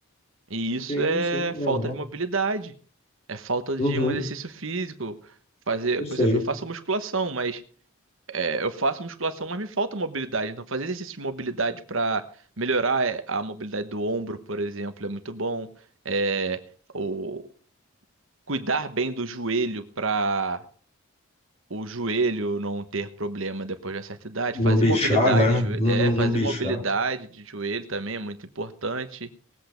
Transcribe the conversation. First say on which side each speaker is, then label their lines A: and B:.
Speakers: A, on the right; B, on the left.
A: E isso
B: Sim,
A: é
B: sim, normal.
A: falta de mobilidade, é falta de
B: Uhum.
A: um exercício físico. Fazer,
B: Perfeito.
A: por exemplo, eu faço musculação, mas é, eu faço musculação, mas me falta mobilidade. Então, fazer exercício de mobilidade para melhorar é, a mobilidade do ombro, por exemplo, é muito bom. É, o cuidar bem do joelho para o joelho não ter problema depois de uma certa idade.
B: Não
A: Fazer
B: bichar,
A: mobilidade,
B: né?
A: de joe-
B: Não,
A: é,
B: não,
A: fazer
B: não bichar.
A: mobilidade de joelho também é muito importante.